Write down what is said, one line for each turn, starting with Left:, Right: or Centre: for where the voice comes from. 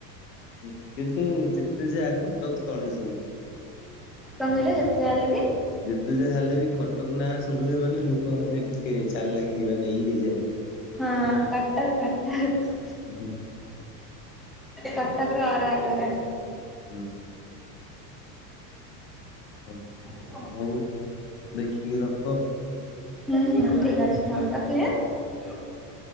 Left: ହୁଁ କିନ୍ତୁ ଯେତେ ଯା କଟକ ତଳେ ସବୁ।
Centre: କଣ କହିଲେ ଯେତେ ଯାହା ହେଲେ ବି
Left: ଯେତେ ଯାହା ହେଲେ ବି କଟକ ନାଁ ଶୁଣିଲେ ମାନେ ଲୋକମାନେ ଟିକେ ଚାଲାଖି ମାନେ ଇଏ ହେଇଯାଆନ୍ତି।
Centre: ହଁ କଟକ-କଟକ।
Left: ହୁଁ,
Centre: କଟକର ଅରା ଅଲଗା।
Left: ହୁଁ। ହଁ।
Centre: <inaudible>
Left: ହଉ ଦେଖିକି ରଖ।
Centre: ହୁଁ-ହୁଁ
Left: ହୁଁ,
Centre: ଠିକ ଅଛି ହଉ ରଖିଲି ଆଁ ହୁଁ